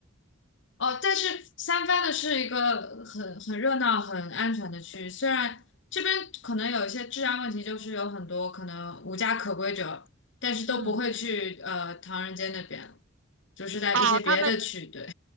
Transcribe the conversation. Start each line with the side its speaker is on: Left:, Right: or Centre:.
Left: 哦，但是三藩的是一个很很热闹、很安全的区域，虽然这边可能有一些治安问题，就是有很多可能无家可归者，但是都不会去呃唐人街那边，
Right: 嗯，
Left: 就是在一些别的区，
Right: 哦，他们
Left: 对，